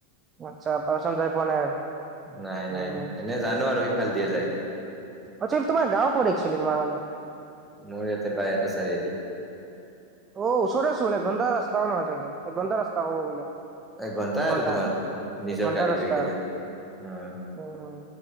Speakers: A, on the right; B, in the centre.
A: আচ্ছা পাৰচাম যাই পোৱা নাই আৰু
B: নাই নাই।
A: উম
B: এনে জানো আৰু সিফাল দিয়ে যায়।
A: আচ্ছা তোমাৰ গাঁও ক'ত একচলি তোমাৰ মানে
B: মোৰ ইয়াতে বাইহাটা চাৰিআলি
A: অ' ওচৰেতে ছোন এক ঘন্টাৰ ৰাস্তাও নহয় চাগে, এক ঘন্টাৰ ৰাস্তা কব গ'লে।
B: এঘন্টাই
A: এক ঘন্টা
B: আৰু তোমাৰ নিজৰ
A: এক ঘন্টা
B: গাড়ী
A: ৰাস্তা
B: লৈ গেলে উম
A: উম।